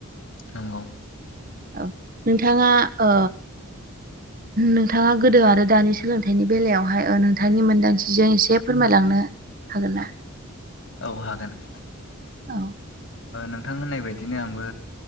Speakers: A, on the left (about 60°); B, on the right (about 40°).
A: नंगौ
B: औ नोंथाङा ओ नोंथाङा गोदो आरो दानि सोलोंथाइनि बेलायावहाय नोंथांनि मोन्दांथिजों एसे फोरमायलांनो हागोन ना
A: औ हागोन
B: औ
A: नोंथां होननाय बायदिनो आंबो